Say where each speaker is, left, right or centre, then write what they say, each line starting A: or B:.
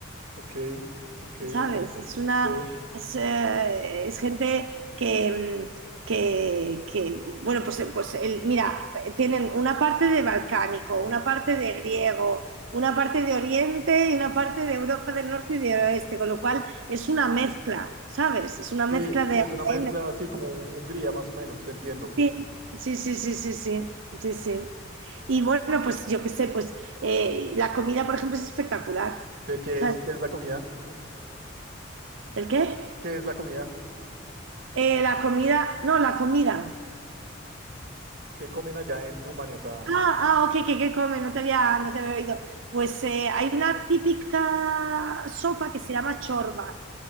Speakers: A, on the right; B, on the right.
A: Ok, ok,
B: ¿sabes?
A: ok.
B: Es una,
A: Sí,
B: es, eh, es gente que, mm, que, que, bueno, pues, eh, pues el- mira, tienen una parte de balcánico, una parte de griego, una parte de Oriente y una parte de Europa del Norte y del Oeste, con lo cual es una mezcla, ¿sabes? Es una mezcla
A: sí, sí,
B: de
A: es
B: ADN.
A: una mezcla así como un- Hungría, más o menos, te entiendo.
B: Sí, sí, sí, sí, sí, sí, sí, sí. Y bueno, pues yo qué sé, pues eh, la comida, por ejemplo, es espectacular.
A: ¿De qué
B: ¿Sabes?
A: es, qué es la comida?
B: ¿El qué?
A: ¿Qué es la comida?
B: Eh, la comida, no, la comida.
A: ¿Qué comen allá en Rumania? O sea,
B: Ah, ah, ok, ¿qué, qué come? No te había, no te había oído. Pues eh, hay una típica sopa que se llama chorba,